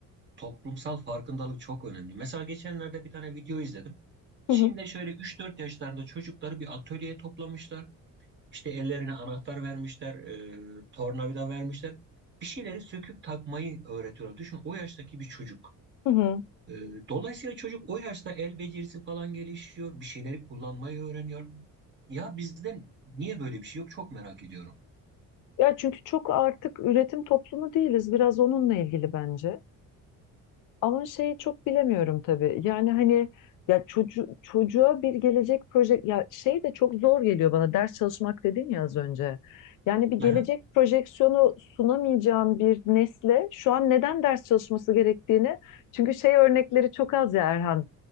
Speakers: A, on the right; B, on the left.
A: toplumsal farkındalık çok önemli. Mesela geçenlerde bir tane video izledim. Çin'de
B: <laughs>
A: şöyle üç dört yaşlarında çocukları bir atölyeye toplamışlar. İşte ellerine anahtar vermişler, e, tornavida vermişler. Bir şeyleri söküp takmayı öğretiyorlar. Düşün o yaştaki bir çocuk.
B: Hı hı.
A: E, dolayısıyla çocuk o yaşta el becerisi falan gelişiyor. Bir şeyleri kullanmayı öğreniyor. Ya bizde niye böyle bir şey yok? Çok merak ediyorum.
B: Ya çünkü çok artık üretim toplumu değiliz. Biraz onunla ilgili bence. Ama şeyi çok bilemiyorum tabii. Yani hani ya çocu çocuğa bir gelecek proje ya şey de çok zor geliyor bana. Ders çalışmak dedin ya az önce. Yani bir gelecek
A: Aha,
B: projeksiyonu sunamayacağın bir nesle şu an neden ders çalışması gerektiğini çünkü şey örnekleri çok az ya Erhan.